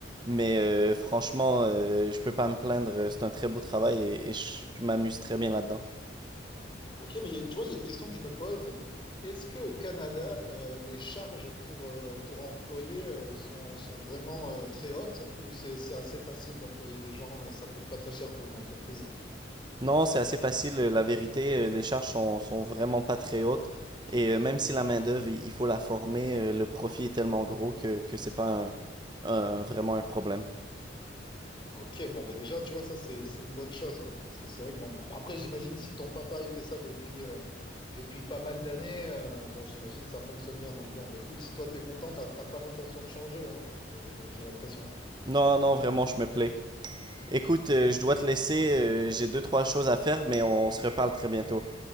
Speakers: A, on the right (about 25°); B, on the left (about 25°).
A: Mais euh, franchement, euh, je peux pas me plaindre, c'est un très beau travail et, et je je m'amuse très bien là-dedans.
B: Ok, mais il y a, tu vois, il y a une question que je me pose. Est-ce que au Canada, euh, les charges pour, euh, pour employer euh, sont, sont vraiment euh, très hautes ou c'est, c'est assez facile d'employer des gens, euh, ça coûte pas très cher pour une entreprise?
A: Non, c'est assez facile. euh, La vérité, euh, les charges sont, sont vraiment pas très hautes. Et euh, même si la main-d'œuvre, il il faut la former, euh, le profit est tellement gros que, que c'est pas un- un- vraiment un problème.
B: Ok, bon, bah déjà, tu vois, ça, c'est c'est une bonne chose, quoi. Parce que c'est vrai que, bon, bah, après, j'imagine, si ton papa, il fait ça depuis, euh, depuis pas mal d'années, euh, bon, j'imagine, ça fonctionne bien. Donc, bon, bah écoute, si toi, t'es content, t'as t'as pas l'intention de changer, hein, je, je- j'ai l'impression.
A: Non, non, vraiment, je me plais. Écoute, euh, je dois te laisser. euh, j'ai deux, trois choses à faire, mais on se reparle très bientôt.